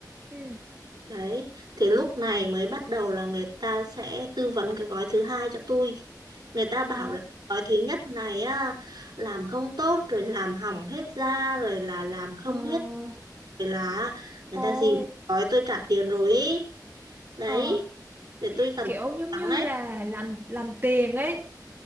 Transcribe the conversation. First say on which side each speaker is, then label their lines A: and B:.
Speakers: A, on the right; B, on the right.
A: ừ
B: Đấy, thì lúc này mới bắt đầu là người ta sẽ tư vấn cái gói thứ hai cho tôi. Người ta bảo
A: Ờ,
B: là gói thứ nhất này á, làm không tốt rồi làm hỏng hết da rồi là làm không
A: ờ,
B: hết rồi là người
A: thôi,
B: ta gì gói tôi trả tiền rồi ý. Đấy,
A: ờ,
B: để tôi cần
A: kiểu giống
B: lắng
A: như
B: ấy.
A: là làm làm tiền ấy.